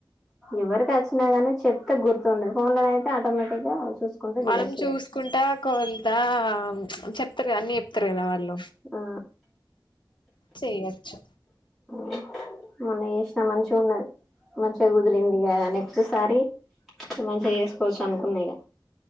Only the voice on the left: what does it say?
మనం
చూసుకుంటా కొంత చెప్తారుగ అన్ని చెప్తారుగ వాళ్ ళ్ళు
చేయోచ్చు